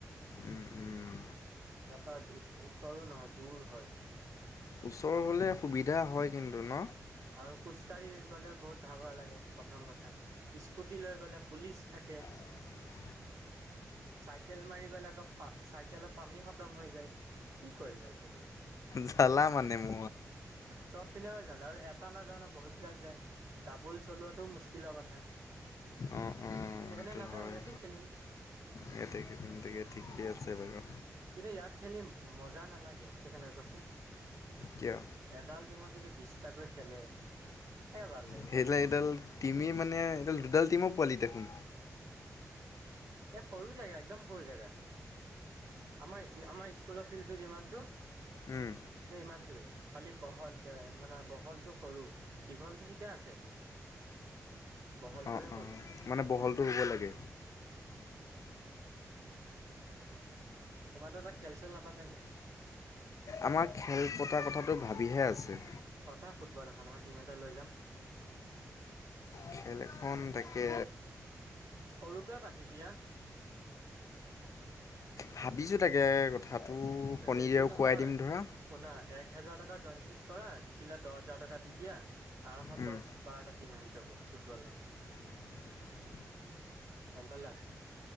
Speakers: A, on the left; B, on the right.
A: উম উম
B: ইয়াৰপৰা ওচৰো নহয় দূৰ হয়।
A: ওচৰ হ'লে সুবিধা হয় কিন্তু। ন?
B: আৰু খু খোজকাঢ়ি গ'লে বহুত ভাগৰ লাগে প্ৰথম কথা, স্কুটি লৈ গ'লে পুলিচ থাকে।
A: হয়।
B: চাইকেল মাৰি গ'লে আকৌ প চাইকেলৰ পামে খতম হৈ যায়। কি কৰিবা এতিয়া তুমি
A: জ্বালা মানে ম
B: চব পিনে জালা আৰু এটা নাযায় ন বহুত গাল যায়, ডাবল চলোৱাটো মুস্কিলৰ কথা।
A: অঁ অঁ
B: সেইকাৰণে
A: সেইটো
B: নাযাওঁ
A: হয়।
B: ইয়াতে খেলিম।
A: ইয়াতে খেলিম তাকে ঠিকেই
B: উম,
A: আছে বাৰু।
B: এতিয়া ইয়াত খেলি মজা নালাগে, কি কাৰণে কোৱাচোন?
A: কিয়
B: এডাল টিমত যদি বিশটাকৈ খেলে ভাল লাগিব
A: সেইডালে
B: কচোন
A: এডাল টিমেই মানে এইডাল দুডাল টিমো পোৱালি দেখোন।
B: এ সৰু জেগা একদম সৰু জেগা। আমাৰ আমাৰ স্কুলৰ ফিল্ডটো যিমানটো
A: উম
B: স ইমানটোৱে খালি বহল মানে বহলটো সৰু, দীঘলটো ঠিকে আছে। বহলটোহে
A: অঁ অঁ
B: কৰোঁ।
A: মানে বহলটো লাগে
B: তোমাৰো এটা খেল চেল নাপাতে নেকি?
A: আমাৰ খেল পতাৰ কথাটো ভাবিহে আছে।
B: পাতা ফুটবল এখন আমাৰ টিম এটা লৈ যাম।
A: খেল এখন তাকে
B: সৰুকৈ পাতি দিয়া।
A: ভাবিছো তাকে। কথাটো শনিদেও
B: বেছি নহয়
A: কোৱাই দিম ধৰা
B: শুনা এক হেজাৰ টকা জইনফিছ কৰা জিকিলা দহ হাজাৰ টকা দি দিয়া। আৰামত
A: উম,
B: দহ বাৰটা টিম আহি যাব ফুটবলৰ।
A: <inaudible>
B: গম পালা।